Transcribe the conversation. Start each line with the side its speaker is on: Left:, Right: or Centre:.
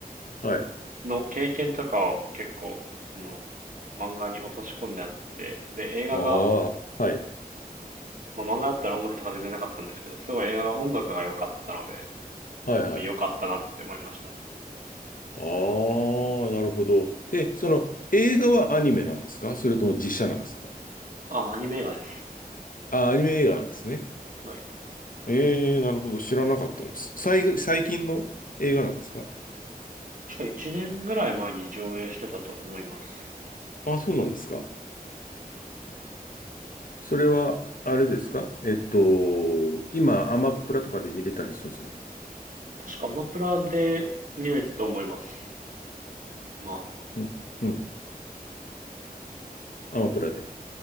Left: はい。
Right: の経験とかを結構、その、漫画に落とし込んであって、で、映画が、
Left: ああ、はい。
Right: まあ、漫画だったら音楽とか全然なかったんですけど、すごい映画が音楽が良かったので、
Left: はい、はい。
Right: まあ良かったなって思いましたね。
Left: ああ、なるほど。で、その映画はアニメなんですかそれとも実写なんですか
Right: あ、アニメ映画です。
Left: あ、アニメ映画なんですね。
Right: はい。
Left: ええ、なるほど。知らなかったの。す最、最近の映画なんですか
Right: 確か1年ぐらい前に上映してたと思います。
Left: あ、そうなんですか。それは、あれですかえっと、今、アマプラとかで見れたりするんですかね。
Right: 確かアマプラで見れたと思います。ま
Left: うん。うん。アマプラで。